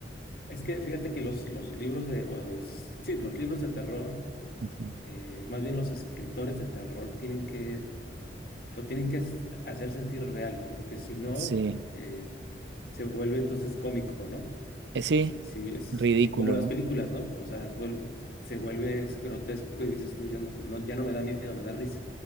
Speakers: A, on the left; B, on the right.
A: Es que fíjate que los, los libros de, o, o los, sí, los libros de terror,
B: Ujú.
A: eh, más bien los escritores de terror tienen que, lo tienen que s- hacer sentir real, porque si no,
B: Sí,
A: eh, se vuelve entonces cómico, ¿no?
B: Eh, sí,
A: Sí, sí, es
B: ridículo,
A: y como las
B: ¿no?
A: películas, ¿no? O sea, vuel- se vuelve es grotesco y dices tú, ya no, no, ya no me da miedo, me da risa.